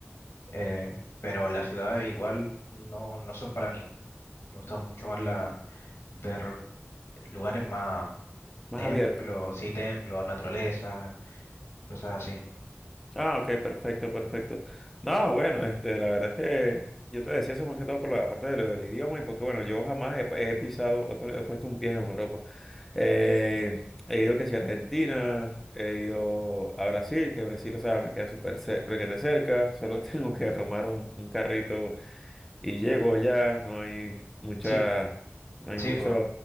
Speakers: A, on the left; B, in the centre.
A: eh, pero las ciudades igual no, no son para mí. Me gusta mucho más la, ver lugares más
B: Más
A: templos,
B: abierto.
A: sí, templos, naturaleza, cosas así.
B: Ah, ok, perfecto, perfecto. No, bueno, este, la verdad es que yo te decía eso más que todo por la parte de lo del idioma y porque, bueno, yo jamás he, he pisado, he, pu- he puesto un pie en Europa. Eh, he ido que si a Argentina, he ido a Brasil, que Brasil, o sea, me queda súper cer- requete cerca, solo <laughs> tengo que tomar un, un carrito y llego allá, no hay mucha,
A: Sí,
B: no hay
A: sí,
B: mucho
A: pues,